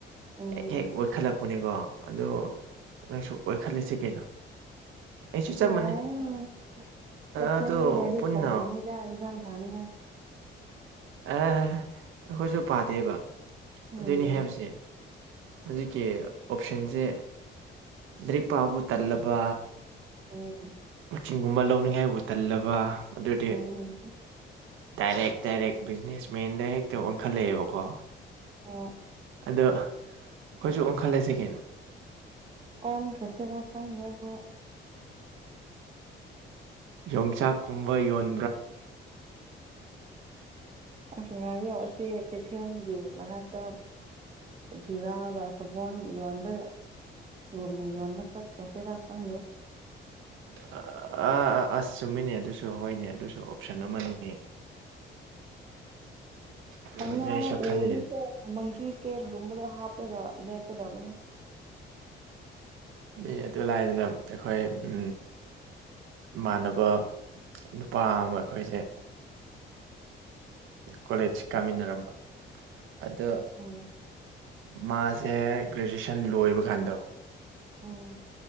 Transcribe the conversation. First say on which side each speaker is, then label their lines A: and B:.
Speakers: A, on the right; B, on the right.
A: ꯎꯝ
B: ꯍꯦꯛ ꯍꯦꯛ ꯑꯣꯏꯈꯠꯂꯛꯄꯅꯤꯀꯣ ꯑꯗꯣ ꯅꯪꯁꯨ ꯑꯣꯏꯈꯠꯂꯁꯤ ꯀꯩꯅꯣ ꯑꯩꯁꯨ ꯆꯞ
A: ꯌꯥꯏ
B: ꯃꯥꯟꯅꯩ
A: ꯍꯣꯏ ꯏꯁꯅꯒꯤ
B: ꯑꯗꯣ
A: ꯂꯔꯤꯛ
B: ꯄꯨꯟꯅ
A: ꯔꯝꯃꯤꯗ ꯏꯖꯝ ꯊꯅꯤꯌꯥ
B: ꯑꯦ ꯑꯩꯈꯣꯏꯁꯨ ꯄꯥꯗꯦꯕ
A: ꯎꯝ
B: ꯑꯗꯨꯏꯅꯤ ꯍꯥꯏꯕꯁꯦ ꯍꯧꯖꯤꯛꯀꯤ ꯑꯣꯞꯁꯟꯁꯦ ꯗ꯭ꯔꯤꯛ ꯄꯥꯕꯨ ꯇꯜꯂꯕ
A: ꯎꯝ
B: ꯀꯣꯆꯤꯡꯒꯨꯝꯕ ꯂꯧꯅꯤꯡꯉꯥꯏꯕꯨ ꯇꯜꯂꯕ ꯑꯗꯨꯗꯤ
A: ꯎꯝ
B: ꯗꯗꯥꯏꯔꯦ ꯗꯥꯏꯔꯦꯛ ꯕꯤꯖꯤꯅꯦꯁꯃꯦꯟ ꯗꯥꯏ ꯍꯦꯛꯇ ꯑꯣꯟꯈꯠꯂꯛꯑꯦꯕꯀꯣ
A: ꯍꯣꯏ
B: ꯑꯗꯣ ꯑꯩꯈꯣꯏꯁꯨ ꯑꯣꯡꯈꯠꯂꯁꯦ ꯀꯩꯅꯣ
A: ꯑꯣꯟꯈꯔꯥ ꯁꯤꯔꯥ ꯈꯪꯗꯦ ꯍꯣꯏ
B: ꯌꯣꯡꯆꯥꯛ ꯀꯨꯝꯕ ꯌꯣꯟ
A: ꯑꯁ ꯉꯥꯏ ꯌꯥꯁ ꯀꯩꯊꯦꯜꯒꯤ ꯃꯅꯥꯛꯇ ꯖꯤꯔꯥꯒ ꯁꯥꯄꯣꯟ ꯌꯣꯟꯕ ꯌꯅ ꯌꯣꯟ ꯅ ꯆꯠ ꯀꯁꯦꯗꯥꯛꯇꯗꯦ
B: ꯑꯥ ꯑꯥ ꯑꯁ ꯆꯨꯝꯃꯤꯅꯦ ꯑꯗꯨꯁꯨ ꯍꯣꯏꯅꯦ ꯑꯗꯨꯁꯨ ꯑꯣꯞꯁꯟ ꯑꯃꯅꯤꯅꯦ ꯑꯗꯨꯗ
A: ꯑꯪꯅ ꯑꯣꯗꯤꯀ
B: ꯑꯩꯁꯨ ꯈꯜꯂꯤ
A: ꯃꯪꯤꯀꯦ ꯝꯕꯗ ꯍꯥꯄ ꯄꯒ ꯂꯦꯞꯀꯗꯧꯕꯅꯤ
B: ꯃꯤ ꯑꯗꯨ ꯂꯥꯏꯗꯅ ꯑꯩꯈꯣꯏ ꯎ ꯏꯃꯥꯟꯅꯕ ꯅꯨꯄꯥ ꯑꯃ ꯑꯩꯈꯣꯏꯁꯦ ꯀꯣꯂꯦꯖ ꯀꯥꯃꯤꯟꯅꯔꯝꯕ ꯑꯗ
A: ꯎꯝ
B: ꯃꯥꯁꯦ ꯒ꯭ꯔꯦꯖꯨꯑꯦꯁꯟ ꯂꯣꯏꯕ ꯀꯥꯟꯗꯣ
A: ꯑꯣ